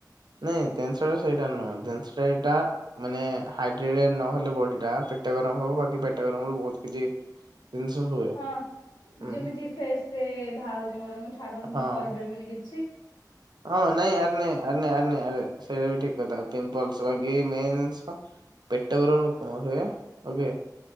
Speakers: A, on the right; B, on the left.
A: ନାଇଁ ଜିନିଷ ଟା ସେଇଟା ନୁହଁ ଜିନିଷ ଟା ଏଇଟା ମାନେ ହାଇଡ୍ରେତେଡ ନହେଲେ ବଡି ଟା ଗରମ ହେବ ପେଟ ଗରମ ହବ ବହୁତ୍ କିଛି ଜିନିଷ ହୁଏ
B: ହଁ
A: ହୁଁ
B: ଯେମିତି ଫେସରେ ଭାଉଜଙ୍କର ମୋର ଛାଡନ୍ତୁ
A: ହଁ।
B: ମୁଁ କହିପାରିବିନି କି
A: ହଁ ନାଇଁ ଆରେ ନାଇଁ ଆର ନାଇ ଆର ନାଇଁ ଆରେ ସେଇଟା ବି ଠିକ କଥା ପିମ୍ପଲସ ବାକି ମେନ୍ ଜିନିଷ ପେଟ ଗର ହୁଏ ଓକେ